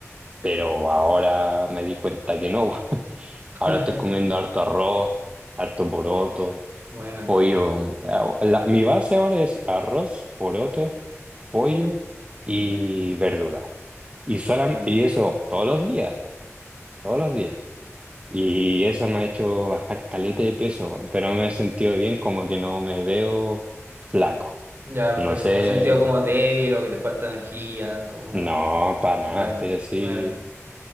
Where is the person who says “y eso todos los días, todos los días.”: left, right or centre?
Right